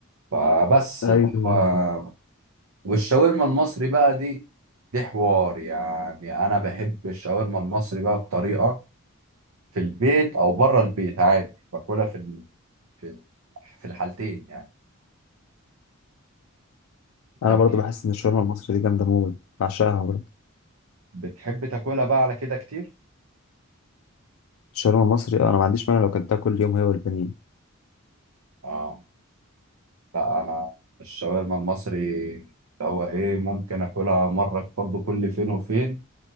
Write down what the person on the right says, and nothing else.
فبس
اللي هو والشاورما المصري بقى دي دي حوار يعني انا بحب الشاورما المصري بقى بطريقة في البيت او بره البيت عادي باكلها في ال... في ال... في الحالتين يعني انت
بتح-
بتحب تاكلها بقى على كده كتير
اه لا انا الشاورما المصري اللي هو ايه ممكن اكلها مرة برضو كل فين وفين